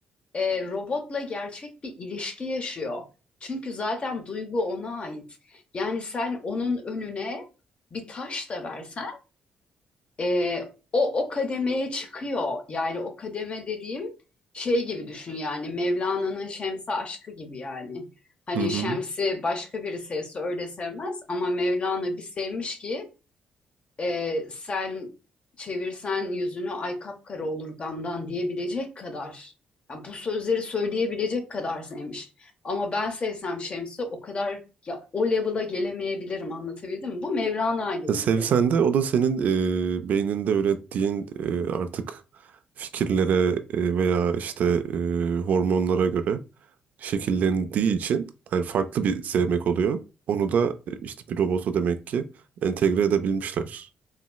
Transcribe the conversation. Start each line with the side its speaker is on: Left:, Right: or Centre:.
Left: e, robotla gerçek bir ilişki yaşıyor. Çünkü zaten duygu ona ait. Yani sen onun önüne bir taş da versen e, o o kademeye çıkıyor. Yani o kademe dediğim şey gibi düşün yani Mevlana'nın Şems'e aşkı gibi yani. Hani
Right: Hı hı.
Left: Şems'i başka biri sevse öyle sevmez ama Mevlana bir sevmiş ki e, sen çevirsen yüzünü ay kapkara olur gamdan diyebilecek kadar yani bu sözleri söyleyebilecek kadar sevmiş. Ama ben sevsem Şems'i o kadar ya o level'a gelemeyebilirim anlatabildim mi? Bu Mevlana ile ilgili.
Right: Ya Sevsen de o da senin e, beyninde ürettiğin e, artık fikirlere e, veya işte e, hormonlara göre şekillendiği için yani farklı bir sevmek oluyor. Onu da e, işte bir robota demek ki entegre edebilmişler.